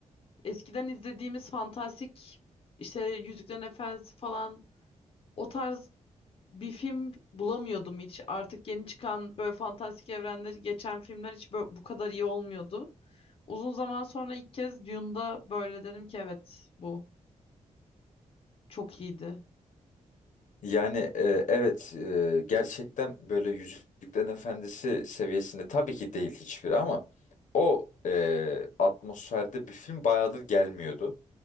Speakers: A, on the left; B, on the left.
A: eskiden izlediğimiz fantastik işte Yüzüklerin Efendisi falan o tarz bir film bulamıyordum hiç. Artık yeni çıkan böyle fantastik evrenleri geçen filmler hiç böyle bu kadar iyi olmuyordu. Uzun zaman sonra ilk kez Dune'da böyle dedim ki evet bu çok iyiydi.
B: Yani e, evet e, gerçekten böyle Yüzüklerin Efendisi seviyesinde tabii ki değil hiçbiri ama o e, atmosferde bir film bayağıdır gelmiyordu.